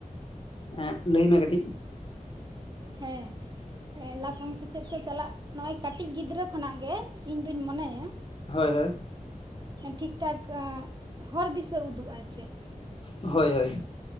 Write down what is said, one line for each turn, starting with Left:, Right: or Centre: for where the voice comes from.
Left: ᱮᱜ ᱞᱟᱹᱭ ᱢᱮ ᱠᱟᱹᱴᱤᱡ?
Right: ᱦᱮᱸ, ᱞᱟᱯᱷᱟᱝ ᱥᱮᱪᱮᱫ ᱥᱮ ᱪᱟᱞᱟᱜ ᱱᱚᱜᱼᱚᱭ ᱠᱟᱹᱴᱤᱡ ᱜᱤᱫᱽᱨᱟᱹ ᱠᱷᱚᱱᱟᱜ ᱜᱮ ᱾ ᱤᱧᱫᱩᱧ ᱢᱚᱱᱮᱭᱟ ᱾
Left: ᱦᱳᱭ ᱦᱳᱭ,
Right: ᱴᱷᱤᱠ ᱴᱷᱟᱠ ᱦᱚᱨ ᱫᱤᱥᱟᱹ ᱩᱫᱩᱜᱼᱟᱭ ᱪᱮᱜ,
Left: ᱦᱳᱭ ᱦᱳᱭ,